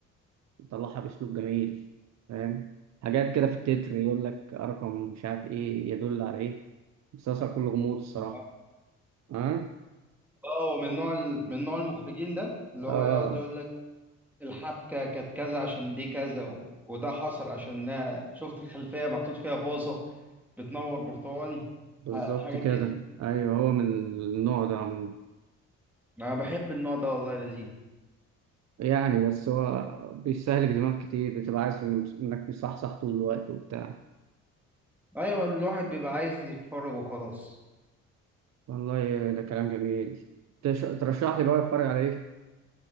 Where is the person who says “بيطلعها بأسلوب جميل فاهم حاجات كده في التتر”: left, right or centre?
Right